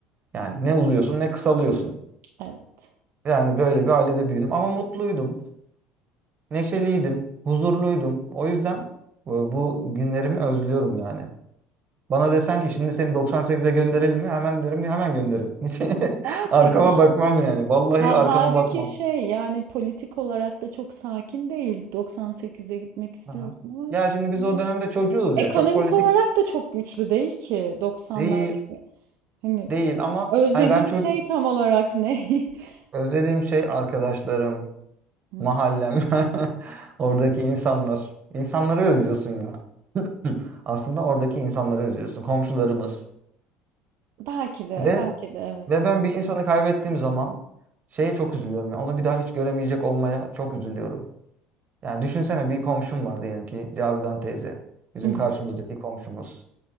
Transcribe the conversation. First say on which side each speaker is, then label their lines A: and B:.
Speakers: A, on the right; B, on the right.
A: Yani ne uzuyorsun ne kısalıyorsun.
B: evet.
A: Yani böyle bir ailede büyüdüm ama mutluydum. neşeliydim, huzurluydum. O yüzden e, bu günlerimi özlüyorum yani. Bana desen ki şimdi seni 98'e gönderelim mi? Hemen derim ya hemen gönderin. <laughs> Hiç
B: Gerçekten.
A: arkama bakmam yani. Vallahi
B: Ha,
A: arkama
B: halbuki
A: bakmam.
B: şey yani politik olarak da çok sakin değil. 98'e gitmek istiyorsun
A: Aha.
B: ama
A: Ya
B: çok-
A: şimdi biz o dönemde çocuğuz
B: ekonomik
A: ya. Çok politik
B: olarak da çok güçlü değil ki. 90'lar
A: değil,
B: işte. Hani
A: değil ama
B: özlediğin
A: hani ben çok
B: şey tam olarak ne? <laughs>
A: özlediğim şey arkadaşlarım,
B: Hmm.
A: mahallem, <laughs> oradaki insanlar. İnsanları özlüyorsun ya. <laughs> Aslında oradaki insanları özlüyorsun. Komşularımız.
B: Belki de
A: Ve
B: belki de evet.
A: Ve ben bir insanı kaybettiğim zaman şeye çok üzülüyorum. ya, onu bir daha hiç göremeyecek olmaya çok üzülüyorum. Yani düşünsene bir komşum var diyelim ki Cavidan teyze. Bizim
B: <laughs>
A: karşımızdaki komşumuz.